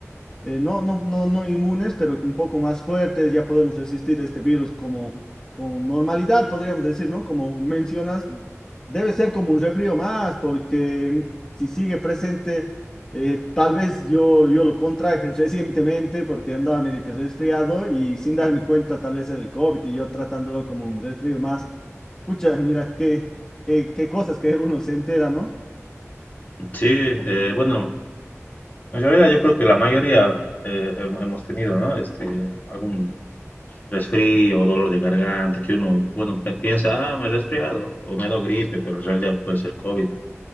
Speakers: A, on the left (about 15°); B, on the left (about 40°).
A: eh, no, no, no, no inmunes, pero un poco más fuertes, ya podemos resistir este virus como con normalidad, podríamos decir, ¿no? Como mencionas, debe ser como un refrío más, porque si sigue presente, eh, tal vez yo, yo lo contraje recientemente porque andaba medio que resfriado y sin darme cuenta tal vez era el COVID y yo tratándolo como un resfrío más Pucha, mira, qué, qué, qué cosas que <laughs> uno se entera, ¿no?
B: Sí, eh, bueno, en realidad yo creo que la mayoría eh, hem- hemos tenido, ¿no? Este, algún resfrío o dolor de garganta que uno, bueno, pe- piensa, ah, me he resfriado o me he dado gripe, pero en realidad puede ser COVID.